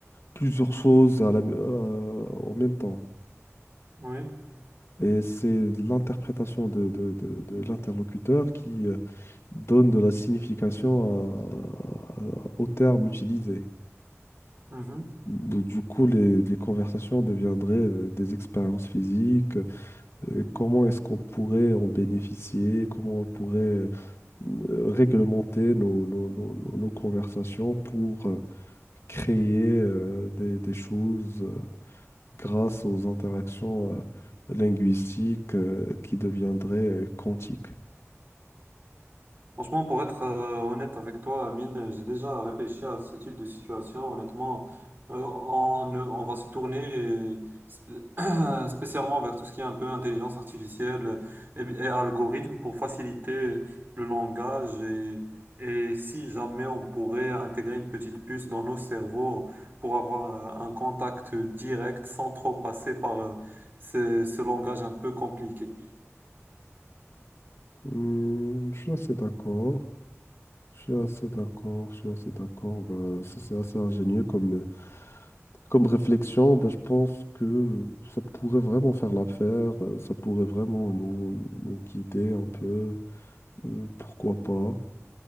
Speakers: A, on the left; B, on the right.
A: plusieurs choses à la- euh, en même temps.
B: oui.
A: Et c'est l'interprétation de, de- de- de l'interlocuteur qui euh, donne de la signification à- à- aux termes utilisés.
B: Mhm.
A: Du du coup, les, les conversations deviendraient euh, des expériences physiques. euh, comment est-ce qu'on pourrait en bénéficier? Comment on pourrait euh, réglementer nos, nos- nos- nos- nos conversations pour euh, créer euh, des, des choses euh, grâce aux interactions euh, linguistiques euh, qui deviendraient euh, quantiques.
B: Franchement, pour être euh, honnête avec toi, Amine, j'ai déjà réfléchi à ce type de situation. Honnêtement, euh, on, euh, on va se tourner et spé- <clears throat> spécialement vers tout ce qui est un peu intelligence artificielle et, et algorithme pour faciliter le langage. Et, et si jamais on pourrait intégrer une petite puce dans nos cerveaux pour avoir euh, un contact direct sans trop passer par euh, ce, ce langage un peu compliqué.
A: Hmm, je suis assez d'accord. Je suis assez d'accord, je suis assez d'accord. Ben, ça, c'est assez ingénieux comme, euh, comme réflexion. Ben, je pense que ça pourrait vraiment faire l'affaire, euh, ça pourrait vraiment nous, nous guider un peu. euh, pourquoi pas?